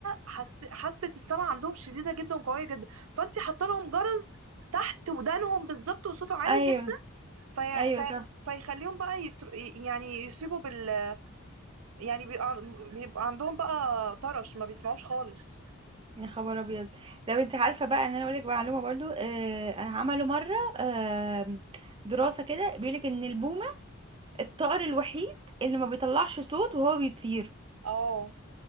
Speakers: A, on the right; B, on the right.
A: حس... حاسة السمع عندهم شديدة جدا وقوية جدا فانت حاطه لهم جرس تحت ودانهم بالظبط وصوته عالي
B: ايوه
A: جدا في...
B: ايوه
A: في...
B: صح
A: فيخليهم بقى يتر... يعني يصيبوا بال يعني بيبقى... بيبقى عندهم بقى طرش ما بيسمعوش خالص
B: يا خبر ابيض لو انت عارفه بقى ان انا اقول لك معلومه برضو آه عملوا مره آه دراسه كده بيقول لك ان البومه الطائر الوحيد اللي ما بيطلعش صوت وهو بيطير
A: اه